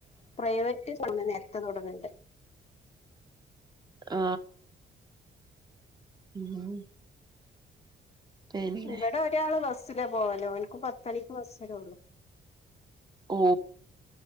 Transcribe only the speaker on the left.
പ്രൈവറ്റ് സമ <unintelligible> നേരത്തെ തൊടങ്ങണ്ട്.
ഇവടൊരാള് ബസ് സ്സില പോവല് ഓൻക്ക് പത്തണിക്ക് ബസ്സെരൊള്ളൂ